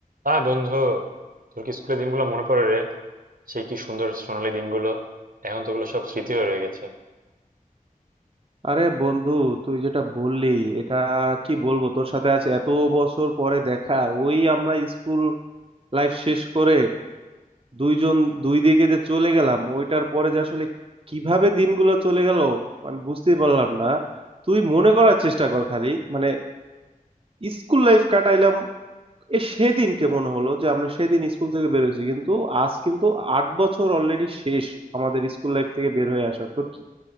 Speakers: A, on the right; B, on the right.
A: হাই বন্ধু তোর কি স্কুলের দিনগুলো মনে পড়ে রে সেই কি সুন্দর সোনালী দিনগুলো এখন তো ওগুলো সব স্মৃতি হয়ে রয়ে গেছে
B: আরে বন্ধু তুই যেটা বললি এটা কি বলবো তোর সাথে আজ এত বছর পরে দেখা ওই আমরা স্কুল লাইফ শেষ করে দুইজন দুই দিকে যে চলে গেলাম ওইটার পরে যে আসলে কিভাবে দিনগুলো চলে গেল আমি বুঝতেই পারলাম না তুই মনে করার চেষ্টা কর খালি মানে স্কুল লাইফ কাটাইলাম এ সেদিনকে মনে হলো যে আমরা সেদিন স্কুল থেকে বের হয়েছি কিন্তু আজ কিন্তু আট বছর অলরেডি শেষ আমাদের স্কুল লাইফ থেকে বের হয়ে আসা তোর কি